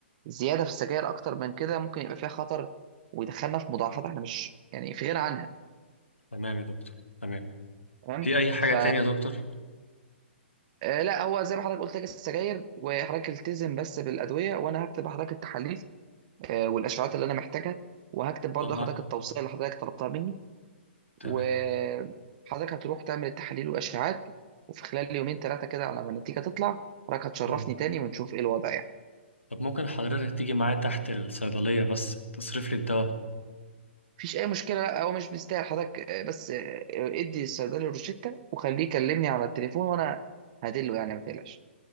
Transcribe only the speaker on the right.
زياده في السجاير اكتر من كده ممكن يبقى فيها خطر ويدخلنا في مضاعفات احنا مش يعني في غنى عنها
تمام
ف
آه، لا هو زي ما حضرتك قلت لك السجاير وحضرتك التزم بس بالادويه وانا هكتب لحضرتك التحاليل آه، والاشعاعات اللي انا محتاجها وهكتب برضو
حضرتك التوصيه اللي حضرتك طلبتها مني وحضرتك
هتروح تعمل التحاليل والاشعاعات وفي خلال يومين ثلاثه كده على ما النتيجه تطلع حضرتك هتشرفني
تاني ونشوف ايه الوضع يعني
مفيش اي مشكله لا هو مش مستاهل حضرتك آه، بس آه، ادي الصيدلي الروشتة وخليه يكلمني على التليفون وانا هدله يعني ما تقلقش